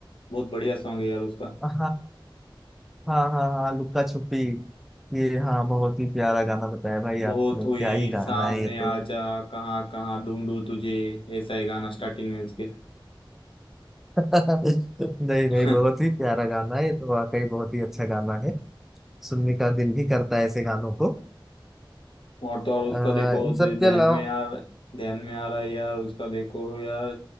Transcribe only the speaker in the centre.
हाँ हाँ हाँ हाँ लुक्का छुपी ये हाँ बहुत ही प्यारा गाना बताया भाई
आपने
क्या ही गाना
है ये तो।
नहीं
नहीं बहुत ही प्यारा गाना है ये तो वाकई बहुत ही अच्छा गाना है सुनने का दिल भी करता है ऐसे गानों को
अ,
इन
सब के
अलावा